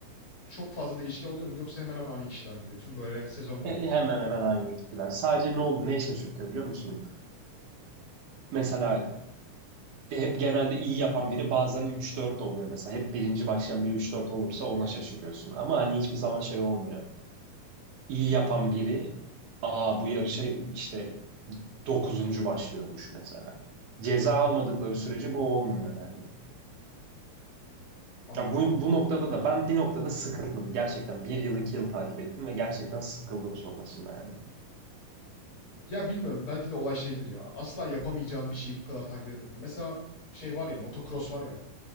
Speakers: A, on the left (about 40°); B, on the right (about 65°).
A: çok fazla değişken oluyor muydu yoksa hemen hemen aynı kişiler miydi tüm böyle sezon boyunca?
B: he- hemen hemen aynı kişiler. Sadece ne oldu, ne işe sürtüyor biliyor musun? Mesela e, hep genelde iyi yapan biri bazen üç dört oluyor mesela. Hep birinci başlayan biri üç dört olursa ona şaşırıyorsun. Ama hani hiçbir zaman şey olmuyor. İyi yapan biri Aa bu yarışa işte dokuzuncu başlıyormuş mesela. Ceza
A: Evet.
B: almadıkları sürece bu olmuyor yani.
A: Hımm. Anladım
B: Ya bu,
A: abi.
B: bu noktada da ben bir noktada sıkıldım. Gerçekten bir yıl iki yıl takip ettim ve gerçekten sıkıldım sonrasında yani.
A: Ya bilmiyorum belki de olay şeydir ya. Asla yapamayacağın bir şeyi bu kadar takip etmektir. Mesela şey var ya motocross var ya.